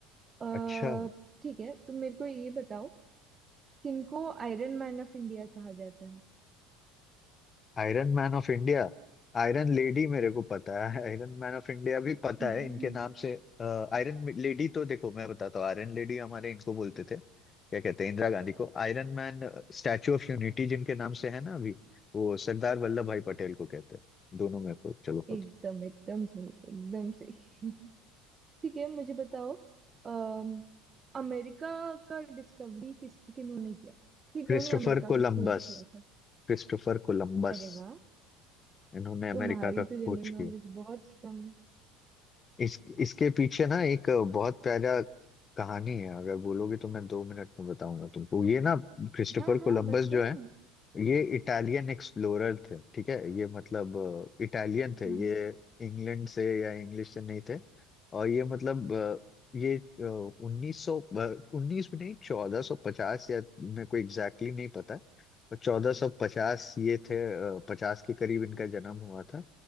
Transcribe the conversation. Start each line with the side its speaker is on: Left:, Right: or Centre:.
Right: अ,
Left: अच्छा
Right: ठीक है तो मेरे को ये बताओ किनको आयरन मैन ऑफ इंडिया कहा जाता है
Left: Iron man of India Iron lady मेरे को पता है आयरन मैन ऑफ इंडिया भी पता
Right: <laughs>
Left: है इनके नाम से आयरन लेडी तो देखो मैं बताता हूँ आयरन लेडी हमारे इनको बोलते थे क्या कहते हैं इंदिरा गांधी को Iron man statue of unity जिनके नाम से है ना अभी वो सरदार वल्लभ भाई पटेल को कहते हैं दोनों मेरे को चलो
Right: एकदम
Left: पता
Right: एकदम सही एकदम सही <laughs> ठीक है मुझे बताओ अम, अमेरिका का डिस्कवरी किस किन्होंने किया किन्होंने
Left: Christopher
Right: अमेरिका
Left: Columbus
Right: का खोज किया था
Left: Christopher Columbus
Right: अरे वाह
Left: इन्होंने अमेरिका
Right: तुम्हारी
Left: का खोज
Right: तो जनरल
Left: किया
Right: नॉलेज बहुत स्ट्रांग है
Left: इस इसके पीछे ना एक बहुत प्यारा कहानी है अगर बोलोगे तो मैं दो मिनट में बताऊंगा तुमको ये ना क्रिस्टोफर
Right: हाँ हाँ
Left: कोलंबस
Right: बताओ
Left: जो है
Right: ना
Left: ये इटालियन एक्सप्लोरर थे ठीक है ये मतलब इटालियन थे
Right: हाँ
Left: ये इंग्लैंड से या इंग्लिश से नहीं थे और ये मतलब अ, ये उन्नीस सौ उन्नीस भी नहीं चौदह सौ पचास या मेरे को एग्जैक्टली नहीं पता पर चौदह सौ पचास ये थे पचास के करीब इनका जन्म हुआ था